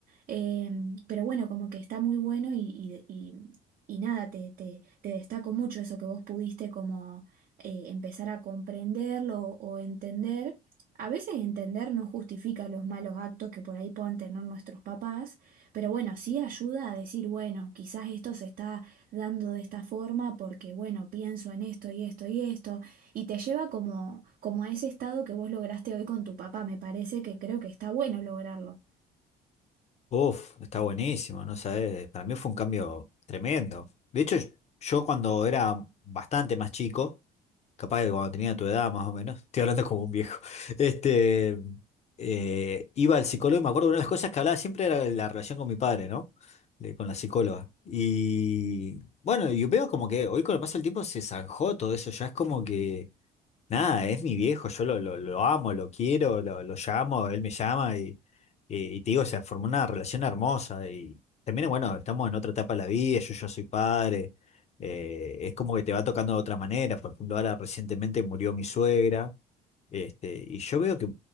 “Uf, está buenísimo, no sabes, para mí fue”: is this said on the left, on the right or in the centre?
Left